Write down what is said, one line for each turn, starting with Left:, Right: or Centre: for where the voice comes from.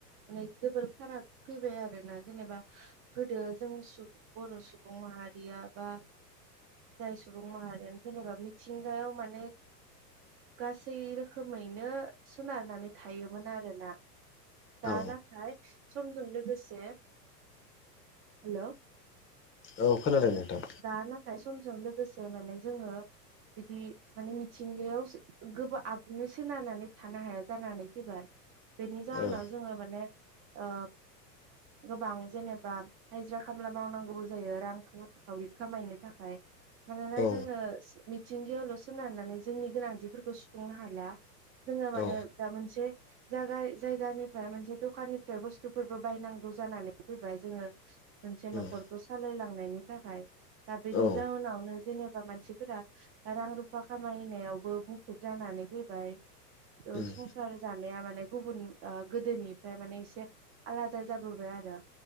Right: माने जोबोर फाराग फैबाय आरोना जेनेबा गोदो जों बर' सुबुं माहारिया बा जाय सुबुं माहारियानो जेनेबा मिथिंगायाव माने गासै रोखोमैनो सोनारनानै थायोमोन आरोना।
Left: औ
Right: दा नाथाय समजों लोगोसे हेलौ
Left: औ खोनादों
Right: हेलौ
Left: नोंथां
Right: दा नाथाय समजों लोगोसे माने जोङो बिदि माने मिथिंगायाव गोबा आबुङै सोनारनानै थानो हाया जानानै फैबाय। बेनि जाहोनाव
Left: औ
Right: जोङो माने ओ गोबां जेनेबा हायज्रा खामला मावनांगौबो जायो रां खावरि खामायनो थाखाय मानोना
Left: औ
Right: जोङो मिथिंगायावल' सोनारनानै जोंनि गोनांथिफोरखौ सुफुंनो हाला । जोङो माने
Left: औ
Right: दा मोनसे जागा जायगानिफ्राय मोनसे दखाननिफ्राय बुस्थुफोरबो बायनांगौ जानानै फैबाय जोङो मोनसे
Left: उम
Right: न'खरखौ सालायलांनायनि थाखाय। दा बेनि
Left: औ
Right: जाहोनावनो जेनेबा मानसिफोरा रां रुफा खामायनायावबो मुखुब जानानै फैबाय ।
Left: उम
Right: संसार जानाया माने गुबुन ओ गोदोनिफ्राय माने एसे आलादा जाबोबाय आरो।